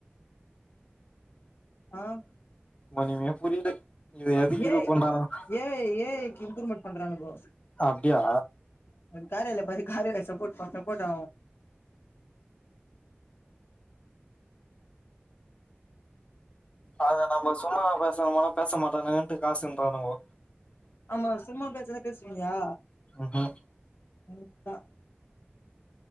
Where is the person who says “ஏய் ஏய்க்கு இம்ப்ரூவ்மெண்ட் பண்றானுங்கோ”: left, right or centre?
Left